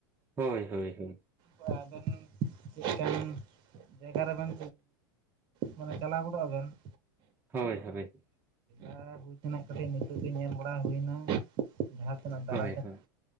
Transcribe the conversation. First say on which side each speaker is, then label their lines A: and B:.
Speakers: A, on the right; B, on the right.
A: ᱦᱳᱭ ᱦᱳᱭ ᱦᱳᱭ ᱾
B: ᱦᱚᱭ ᱟᱵᱮᱱ ᱪᱮᱠᱟᱱ ᱡᱟᱭᱜᱟ ᱨᱮᱵᱮᱱ ᱢᱟᱱᱮ ᱪᱟᱞᱟᱣ ᱜᱚᱫᱚᱜ ᱟᱵᱮᱱ ᱾
A: ᱦᱳᱭ ᱦᱳᱭ ᱾
B: ᱟᱨ ᱦᱩᱭ ᱛᱮᱱᱟᱜ ᱠᱟᱹᱴᱤᱡ ᱱᱤᱛᱚᱜ ᱜᱮ ᱧᱮᱞ ᱵᱟᱲᱟ ᱦᱩᱭᱱᱟ ᱡᱟᱦᱟᱸ ᱛᱤᱱᱟᱹᱜ ᱫᱟᱬᱟ
A: ᱦᱳᱭ
B: ᱠᱟᱛ
A: ᱦᱳᱭ